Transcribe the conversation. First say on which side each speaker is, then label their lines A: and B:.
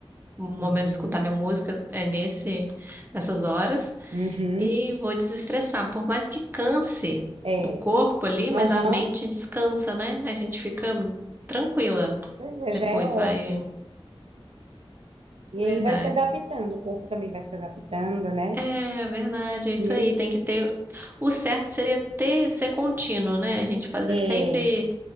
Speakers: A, on the right; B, on the right.
A: o momento
B: uhum,
A: de escutar minha música é nesse, nessas horas.
B: uhum.
A: E vou desestressar. Por mais que canse
B: É.
A: o corpo ali,
B: Aham.
A: mas a mente descansa, né? A gente fica tranquila.
B: Pois é,
A: Depois
B: já é ótimo.
A: vai.
B: E
A: Verdade.
B: aí vai se adaptando, o corpo também vai se adaptando, né?
A: É, verdade, é isso
B: Mesmo.
A: aí. Tem que ter. O certo seria ter, ser contínuo, né? A gente fazer
B: É,
A: sempre,